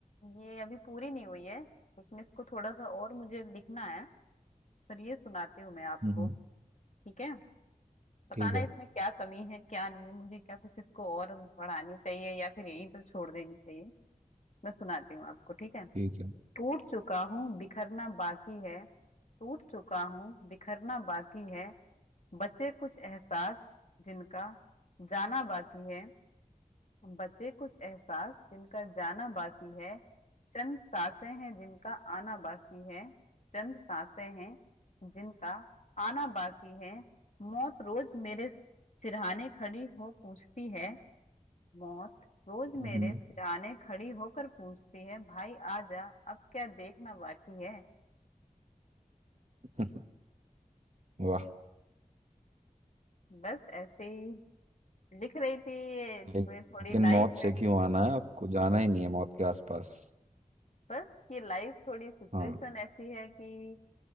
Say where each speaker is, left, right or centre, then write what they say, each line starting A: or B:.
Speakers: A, on the left; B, on the right.
A: ये अभी पूरी नहीं हुई है लेकिन इसको थोड़ा सा और मुझे लिखना है पर ये सुनाती हूँ मैं आपको
B: हम्म हम्म,
A: ठीक है बताना
B: ठीक है
A: इसमें क्या कमी है क्या नहीं है मुझे क्या कुछ इसको और बढ़ानी चाहिए या फिर यहीं पर छोड़ देनी चाहिए मैं सुनाती हूँ आपको ठीक है
B: ठीक है
A: टूट चुका हूँ बिखरना बाकी है टूट चुका हूँ बिखरना बाकी है बचे कुछ एहसास जिनका जाना बाकी है बचे कुछ एहसास जिनका जाना बाकी है चंद सांसें हैं जिनका आना बाकी है चंद सांसें हैं जिनका आना बाकी है मौत रोज मेरे सिरहाने खड़ी हो पूछती है मौत रोज
B: हम्म
A: मेरे सिरहाने खड़ी होकर पूछती है भाई आ जा अब क्या देखना बाकी है
B: <laughs> हम्म, वाह
A: बस ऐसे ही लिख रही थी ये थोड़ी
B: लेकिन
A: थोड़ी लाइफ
B: मौत से
A: में
B: क्यों आना है आपको जाना ही नहीं है मौत के आसपास
A: बस ये लाइफ थोड़ी सिचुएशन
B: हाँ
A: ऐसी है कि